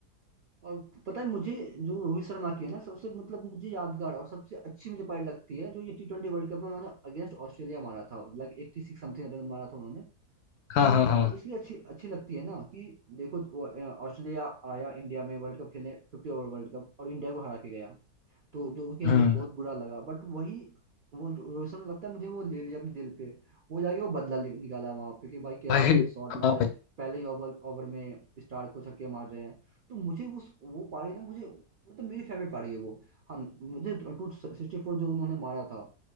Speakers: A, on the right (about 65°); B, on the left (about 75°).
A: और पता है मुझे जो रोहित शर्मा की है ना सबसे मतलब मुझे यादगार और सबसे अच्छी मुझे पारी लगती है जो ये टी ट्वेंटी वर्ल्ड कप में उन्होंने अगेंस्ट ऑस्ट्रेलिया मारा था लाइक एट्टी सिक्स समथिंग रन मारा था उन्होंने तो
B: हाँ
A: मुझे
B: हाँ हाँ
A: वो इसलिए अच्छी अच्छी लगती है ना कि देखो वो, अ, ऑस्ट्रेलिया आया इंडिया में वर्ल्ड कप खेलने फिफ्टी ओवर वर्ल्ड कप और इंडिया को हरा के गया तो जो कि हमें
B: हम्म
A: बहुत बुरा लगा बट वही वो रोहित शर्मा लगता है मुझे वो ले लिया अपने दिल पे वो जाके वो बदला नि- निकाला वहां पे कि भाई कैसा
B: भाई हाँ
A: कैसे शॉट मारा
B: भाई
A: पहले ही ओवर ओवर में स्टार को छक्के मार रहे हैं तो मुझे उस वो पारी ना मुझे मतलब तो मेरी फेवरेट पारी है वो हाँ मुझे टू सिक्सटी फोर जो उन्होंने मारा था